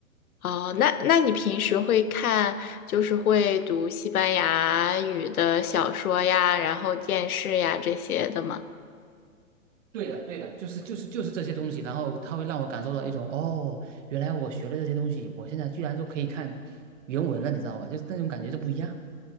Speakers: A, on the left; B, on the right.
A: 哦，那那你平时会看，就是会读西班牙语的小说呀，然后电视呀这些的吗？
B: 对的，对的，就是就是就是这些东西，然后它会让我感受到一种哦，原来我学了这些东西，我现在居然都可以看原文了，你知道吧？就是那种感觉就不一样。